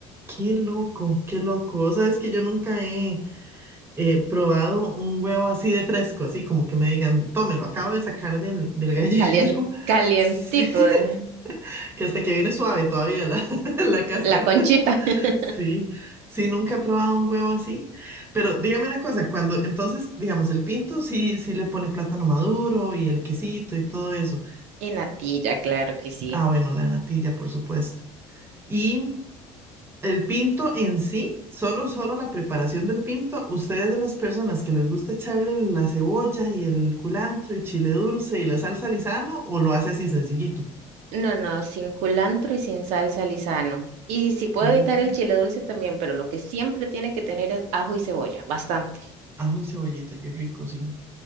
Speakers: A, on the right; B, on the right.
A: Qué loco, qué loco. Vos sabés que yo nunca he eh, probado un huevo así de fresco, así como que me digan, tómelo, acabo de sacar del, del gallinero.
B: calien-
A: <laughs>
B: calientito,
A: Sí, <laughs>
B: eh,
A: que hasta que viene suave todavía la, <laughs> la cáscara.
B: la conchita
A: <laughs>
B: <laughs>
A: Sí, sí, nunca he probado un huevo así. Pero dígame una cosa, cuando entonces, digamos, el pinto sí, sí le pone plátano maduro y el quesito y todo eso.
B: y natilla, claro que sí.
A: Ah, bueno, la natilla, por supuesto. Y el pinto en sí, solo, solo la preparación del pinto, ustedes de las personas que les gusta echarle la cebolla y el culantro y chile dulce y la salsa Lizano, o lo hace así sencillito.
B: No, no, sin culantro y sin salsa lisano. Y si puedo
A: Oh,
B: evitar el chile dulce también, pero lo que siempre tiene que tener es ajo y cebolla, bastante.
A: ajo y cebollita, qué rico, sí.